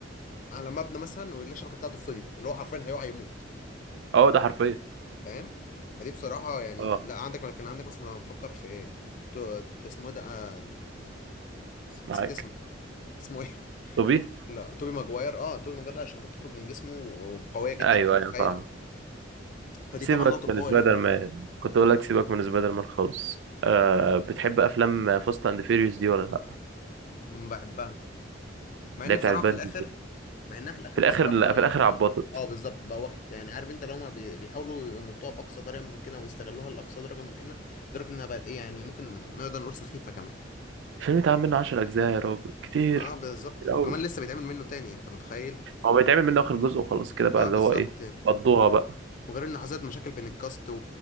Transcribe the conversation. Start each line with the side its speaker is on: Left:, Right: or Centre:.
Left: على مبنى مثلا ويلاقي الشبكه بتاعته فضيت اللي هو حرفيا هيقع يموت
Right: اه ده حرفيا
Left: فاهم فدي بصراحه يعني
Right: اه
Left: لا عندك كان عندك مثلا لو هنفكر في ت- ت- اسمه إيه ده آه، نسيت
Right: معاك
Left: اسمه اسمه ايه
Right: طبي
Left: لا توبي ماجواير اه توبي ماجواير لا الشبكات بتخرج من جسمه وقويه جدا
Right: ايوه
Left: انت متخيل
Right: ايوه فاهم
Left: فدي
Right: سيبك
Left: طبعا نقطه
Right: من
Left: قوه
Right: سبايدر
Left: ليه
Right: مان كنت اقول لك سيبك من سبايدر مان خالص آه بتحب افلام فاست اند فيريوس دي ولا لا
Left: مم، بحبها مع
Right: اللي
Left: ان
Right: هي
Left: بصراحه
Right: بتاعت فان
Left: في الاخر
Right: ديزل
Left: مع انها في الاخر
Right: في الاخر
Left: بصراحه
Right: لا
Left: اه,
Right: في الاخر عبطت
Left: آه بالظبط بقى واخد يعني عارف انت لو هما بي- بيحاولوا يمطوها باقصى طريقه ممكنه ويستغلوها لاقصى درجه ممكنه لدرجه انها بقت ايه يعني ممكن نقدر نقول سخيفه كمان
Right: الفيلم اتعمل منه 10 اجزاء يا راجل كتير
Left: اه بالظبط
Right: كتير
Left: وكمان
Right: قوي
Left: لسه بيتعمل منه تاني انت متخيل
Right: هو بيتعمل منه اخر جزء وخلاص كده بقى
Left: اه
Right: اللي
Left: بالظبط
Right: هو ايه قضوها بقى
Left: وغير ان حصلت مشاكل بين الكاست و...